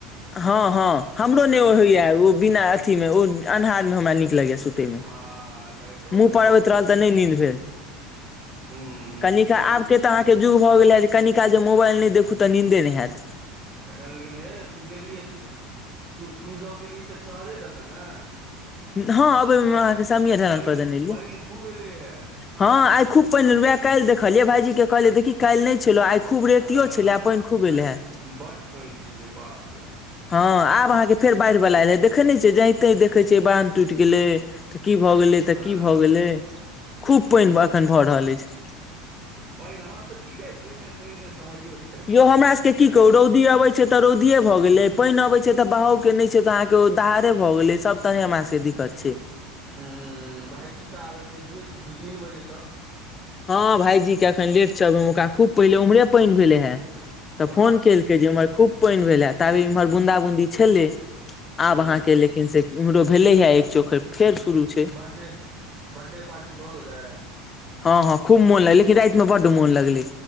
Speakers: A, on the left; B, on the right.
A: हँ हँ हमरो नहि ओ
B: लाइट
A: होइया ओ बिना अथी मे ओ अन्हार मे हमरा नीक लगैया सु। तैमे
B: हँ लाइट ऑफे
A: मुह पड़
B: कऽ
A: आबैत
B: के
A: रहल
B: सुतलहुँ
A: त नै निंद भेल।
B: हूँ हूँ
A: कनिका
B: हूँ
A: आबके त अहाँके जुग भ गेल हे जे कनिकाल जे मोबाइल नहि देखू त निन्दे नहि हेएत।
B: एखन लेकिन हे तू गेलिहिहे तू तू तूसब गेलही त छहरे दक ने।
A: हँ अबैमे
B: प
A: अहाँके समीर ढलान
B: पनि
A: पर देने रहियै
B: पनि खूब एलै हे।
A: हँ आय खूब पइन एलौये काइल देखलीये भायजी के कहलिये देखी काइल नहि छलो आ आइ। खूब रेतियो
B: हँ
A: छलै आ पानि खूब एलै
B: आय
A: हे
B: बड्ड पाइन छलै बाप रे बाप।
A: हँ आब अहाँके फेर बाढ़ि बला एलैये देखै नहि छियै जही ताहिं देखै छियै बान्ध टूटि गेलै। त की भ गेलै त
B: हँ
A: की भ गेलै खूब पाइन अखन भ रहल अछि।
B: पाइन हँ त ठीके छै एखन पानि के समयो छै।
A: यौ हमरा सब के की
B: एखन
A: कहु रौदी अपने। छै त रौदिये भ गेलय पानि अबै छै त बहाव के नहि छै त अहाँ के दहारे भ गेलय सब तरहे हमरा सबके। कर छी।
B: ह भायजी त आब एतौ दूए दू तीन बजे तक।
A: हँ भायईजी के एखन लेट छै ओकरा खूब पहिले ओम्हरे पाइन भेलै हें। त
B: हँ
A: फोन केलकै जे इमहर खूब। पानि भेल हे ताबत इम्हर बूंदा बूंदी छेले आब
B: ह
A: अहाँ के लेकिन से इमहरो। भेलइ हा एक चोखर फेर शुरू। छै
B: बर्डे बर्डे पार्टी भ गेलै।
A: हँ हँ खूब मोन लगै लेकिन राति मे बड मोन लगलै।